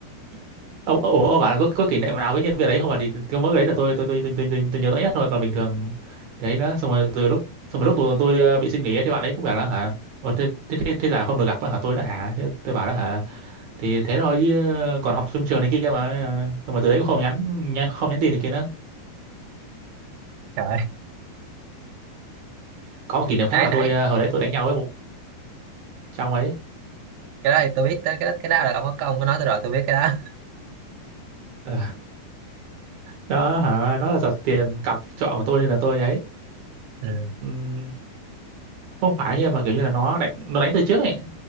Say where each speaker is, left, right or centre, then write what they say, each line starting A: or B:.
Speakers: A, on the right; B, on the right.
A: <laughs> ông ông, ông bảo là có, có kỷ niệm nào với nhân viên đấy không mà thì cái mỗi cái đấy là tôi tôi tôi tôi, tôi, tôi, tôi nhớ rõ nhất thôi còn bình thường thì ấy nữa xong rồi từ lúc xong rồi lúc tôi, tôi ờ, bị xin nghỉ ấy, thì bạn ấy cũng bảo là hả Ồ, thế, thế, thế, thế giờ không được gặp á hả tôi đó hả Thế tôi bảo đó hả thì thế thôi chứ còn học trong trường này kia mà Nên là- xong rồi từ đấy cũng không nhắn nhắn- không nhắn tin này kia nữa
B: <laughs> trời
A: có một kỷ niệm khác
B: nãy
A: là
B: nãy
A: tôi ờ, hồi đấy tôi đánh nhau với một trong ấy
B: cái đó thì tôi biết tới cái đó cái đó là ông có ông có nói tôi rồi tôi biết cái đó
A: Ờ, đó hả nó là giật tiền cặp trọ của tôi nên là tôi ấy
B: <laughs> ừ.
A: Ừ, không phải nhưng mà kiểu như là nó đánh nó đánh từ trước ấy